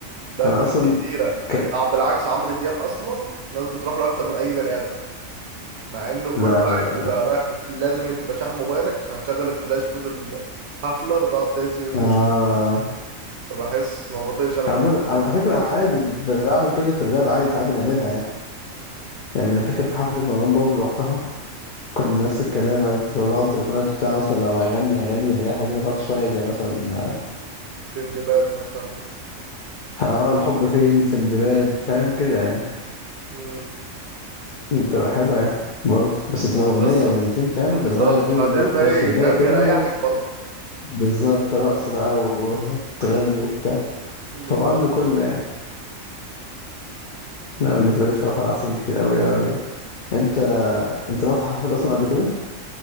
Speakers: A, on the right; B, on the left.
A: لا
B: انا
A: في
B: اصلا
A: ناس كتيره
B: ك...
A: لا بالعكس عمرو دياب اصلا ناس بتروح له اكتر من اي بني ادم مع انه كله
B: لا
A: قاعد
B: لا لا
A: بيبقى
B: لا
A: رايح بف... لازم تبقى شاحن موبايلك عشان هتشغل الفلاش طول الحفله وتقعد تهزه يمين
B: آه...
A: وشمال فبحس ما بطيقش انا
B: عمد...
A: كلام
B: على فكره عادي ب- بعمل كده في الراب عادي ساعات بنعملها يعني يعني انا فاكر في حفله مروان بابلو رحتها كان نفس الكلام قالت لها تليفونات بتاع مثلا لو هيغني اغاني اللي هي حزينه بتاعته شويه زي مثلا
A: تندباد مثلا
B: <laughs> اه الحب فين سندباد فاهم كده يعني
A: مم.
B: مم، تبقى حلوة يعني برضه بس بتبقى أغنية
A: بس
B: أغنيتين فاهم
A: بالظبط
B: بتغير بيهم
A: بعدين
B: المود
A: الباقي
B: بس الباقي
A: فاهم
B: كله
A: بيريحك برضه
B: بالظبط رقص بقى وتغني <laughs> وبتاع
A: بالظبط
B: فهو عنده كله يعني لا بالنسبة لي بصراحة ده أحسن كتير أوي أوي يعني أنت أنت رحت حفلات أصلا قبل كده